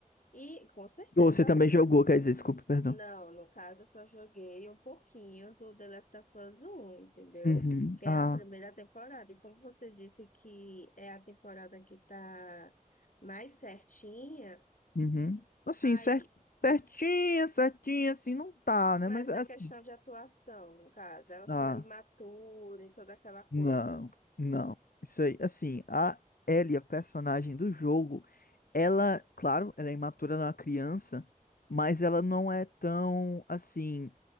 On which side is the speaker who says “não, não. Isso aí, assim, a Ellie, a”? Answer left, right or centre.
Left